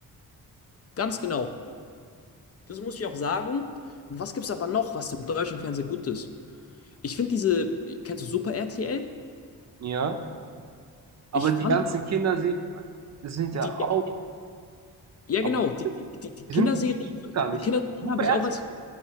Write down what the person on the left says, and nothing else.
ganz genau. Das muss ich auch sagen. was gibt es aber noch, was im deutschen Fernsehen gut ist? Ich finde diese, kennst du Super RTL?
Ich
fand
die,
ja
genau, die, die, die die
Kinderserie,
die
Kinderserie
habe ich
auch als.